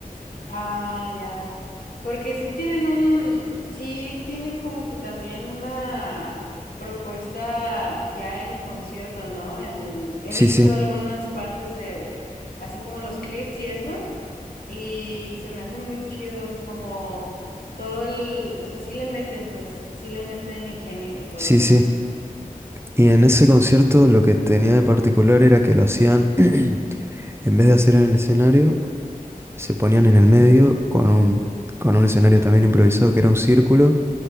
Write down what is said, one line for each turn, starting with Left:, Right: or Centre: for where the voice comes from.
Left: Ah, ya. Porque sí tienen un, sí tienen como que también una propuesta ya en concierto, ¿no? En, he
Right: Sí,
Left: visto
Right: sí,
Left: algunas partes de, así como los clips y eso. Y se me hace muy chido, como todo el, o sea, sí le meten, pues, sí le meten ingenio y todo.
Right: sí, sí. Y en ese concierto lo que tenía de particular era que lo hacían, <clears throat> en vez de hacer en el escenario, se ponían en el medio con un, con un escenario también improvisado que era un círculo